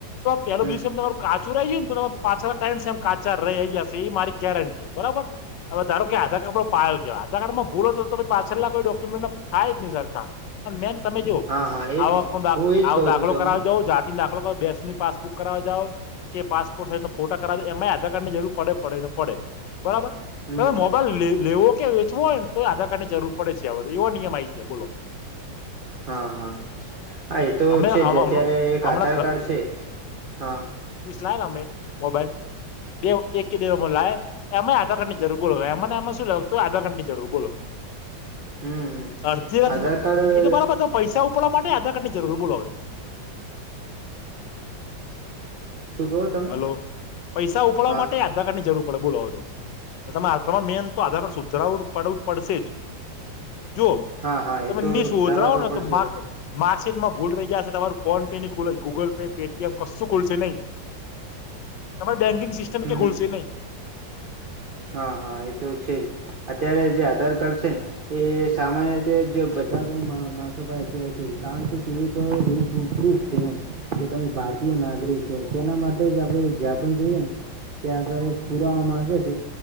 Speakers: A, on the left; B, on the right.
A: પેલો
B: હમ
A: બીસ એમ તમાર કાચું રહી જાય ને તો પાછળ ટાઈમ એમ કાચા રહી જશે એ મારી ગેરંટી બરોબર હવે ધારો કે આધાર ક્ડો પાયો કેવા આધાર ક્ડમાં ભૂલોતો હતોછ પાછળ ના કોઈ ડોક્યુમેન્ટ થાય જ નહી સરકાર પણ મેમ તમે જો
B: હા હા એજ
A: આખો
B: ને હું એજ કહું
A: દાખલો
B: છું તમને
A: કરાવી જ જાતે દાખલો બેસની પાસબુક કરાવ જાવ કે પાસપોર્ટ સાઈઝ ન ફોટા કરાવેો એમાંય આધાર કાર્ડ ની જરૂર પડે પડેને પડે બરાબર
B: હમ
A: તમે
B: હમ
A: મોબાઈલ લેવો કે વેચવો હોયને તો આધાર કાર્ડ ની જરૂર પડે છે આધ એવો નિયમ આ આવી ગાય બોલો
B: હા હા હા એ તો
A: અમે
B: છે જ અત્યારે એક
A: હમણાં
B: આધાર કાર્ડ છે. હા
A: સ લેલા અમે મોબાઈલ દેવ એક કે દેવ લ એમાં આધાર્ડની જરૂર બોલો એમાં એમાં લેવય તો આધાર કારડની જરૂર બોલો-
B: હમ હમ
A: અરજી
B: આધાર કાર્ડ
A: એ તો બરાબર છે પૈસા ઉપાડવા માટે આધાર કાર્ડ ની જરૂર બોલોવે
B: શું કહો તમે
A: હલો પૈસા ઉપાડવા
B: હા
A: માટે યાદ આધાર કાર્ડ ની જરૂર પડે બોલો તમામાં મેન તો આધાર કાર્ડ સુધરાવું પડવું પડશે જ જો
B: હા હા
A: તમે
B: એ તો
A: નીશ શોધરાવ
B: સુધારવા
A: ને
B: પડશે
A: તો માગ
B: જ
A: માર્કશીટ માં ભૂલહી ગયા હશે તમારું ફોન પે નની ખુલ જ ગૂગલ પે પેટીએમ કશું ખુલશે નહીં? તમારે બેન્કિંગ સિસ્ટમ
B: હમ
A: ખુલશે નહી?
B: હા હા એ તો છે જ અત્યારે જે આધાર કાર્ડ છે. એ સામાન્ય રીતે જો બધા માણસો છે કારણ શ કે- ખૂબ છેમ કે તમે ભારતીય નાગરિક છો. તેના માટે જ આપણે જ્યાં પણ જઈએ ને- ત્યા ગાડી પુરાવા માંગે છે.